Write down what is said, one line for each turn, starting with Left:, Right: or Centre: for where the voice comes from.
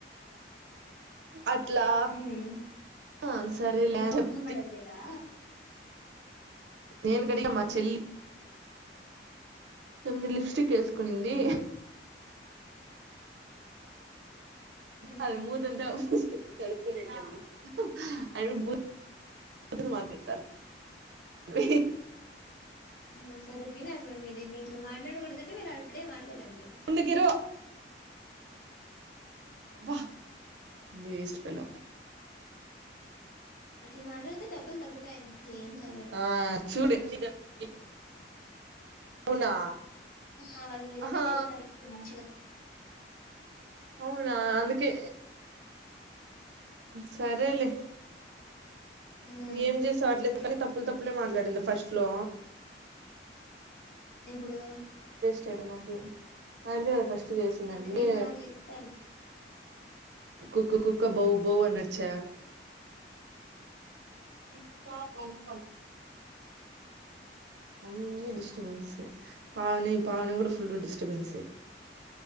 Right: అట్లా
Left: హ్మ్.
Right: ఆ సరేలే
Left: నువ్వింకా
Right: చెప్త
Left: మొహం కడగలేదా?
Right: నేను కడిగా మా చెల్లి మీరు లిప్స్టిక్ వేసుకునింది
Left: హుహు.
Right: అది మూతంతా కడుక్కునేకమ్మా <unintelligible> అ
Left: ఉ సరిపోయినారుమే మీరి ఇట్లా మాట్లాడగూడదు డా కంటే మీరు అప్పుడే మాట్లాడండి
Right: ముందుకిరో వా వేస్ట్ పేలో
Left: అట్లా మాట్లాడితే డబ్బులు తగ్గుతాయి ఏం కావు ఈడ.
Right: ఆ చూడిన్ని ఇ అవునా
Left: ఆ వాళ్ళు వెరిఫై
Right: ఆహా
Left: చేస్తారు కొంచిగా
Right: అవునా అందుకే సరేలే
Left: హ్మ్
Right: ఏం చేసవట్లే కనీ తప్పులు తప్పులే మాట్లాడింది ఫస్ట్ లో
Left: ఇప్పుడు
Right: చెట నవ్వే అయినదే కథ ఫస్ట్ ర్తి చేసిందండి
Left: అట్లేం కాదులే ఇత్తారు.
Right: కుకు కుక్క బౌ బౌ అన్నడ్ చె <unintelligible> అ డిస్టబెన్స్ పవని పవని కూడా ఫుల్ డిస్టబెన్స్ఏ